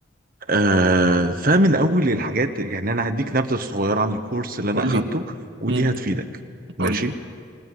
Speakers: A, on the right; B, on the right.
A: آه فمن اول الحاجات يعني انا هديك نبذه صغيره عن الكورس اللي انا
B: قول
A: اخدته
B: لي
A: ودي
B: امم
A: هتفيدك ماشي
B: قول